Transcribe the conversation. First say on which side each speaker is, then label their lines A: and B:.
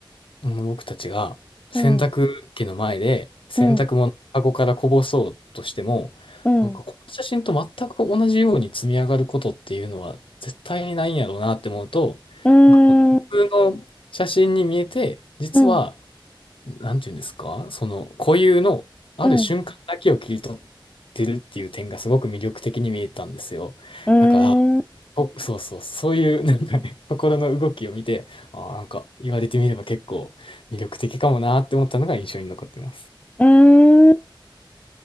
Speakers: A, on the left; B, on the left.
A: あの僕たちが洗濯機の前で洗濯物をカゴからこぼそうとしても、
B: うん。うん。うん。
A: なんかこの写真と全く同じように積み上がることっていうのは絶対にないんやろうなって思うと、
B: うん。
A: なんかこの普通の写真に見えて、実は、
B: うん。
A: なんていうんですか、その固有のある瞬間だけを切り取っ
B: うん。うん。
A: てるっていう点がすごく魅力的に見えたんですよ。
B: うん
A: だから、ぽそうそう、そういう <laughs> なんかね、心の動きを見て、ああ、なんか言われてみれば結構魅力的かもなって思ったのが印象に残ってます。
B: うん